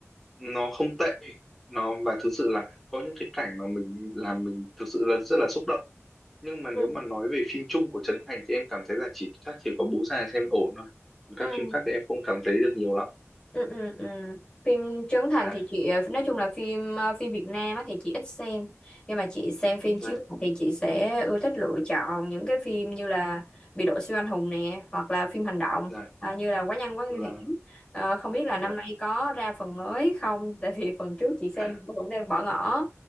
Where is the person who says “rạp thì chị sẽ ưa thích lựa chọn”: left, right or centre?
Left